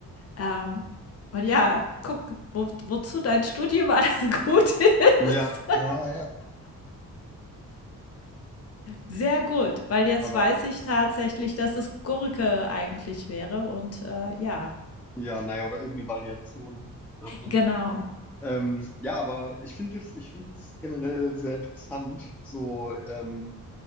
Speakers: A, on the left; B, in the centre.
A: Ähm, und ja, guck, wo wozu dein Studium alles <laughs> gut ist.
B: Ja, ja, ja.
A: Sehr gut, weil jetzt
B: Aber
A: weiß ich tatsächlich, dass es Gurke eigentlich wäre und, äh, ja,
B: ja, naja, oder irgendeine Variation davon.
A: genau.
B: Ähm, ja, aber ich finde es, ich finde es generell sehr interessant, so ähm,